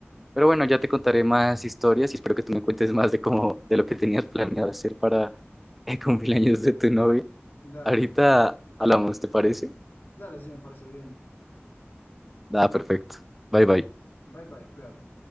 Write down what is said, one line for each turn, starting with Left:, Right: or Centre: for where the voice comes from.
Centre: Pero bueno, ya te contaré más
Left: <laughs>
Centre: historias y espero que tú me cuentes más de cómo, de lo que tenías planeado hacer para el cumpleaños de tu novio.
Left: dale,
Centre: Ahorita hablamos, ¿te parece?
Left: dale, sí me parece bien.
Centre: Nada, perfecto. Bye bye.
Left: Bye bye, cuídate.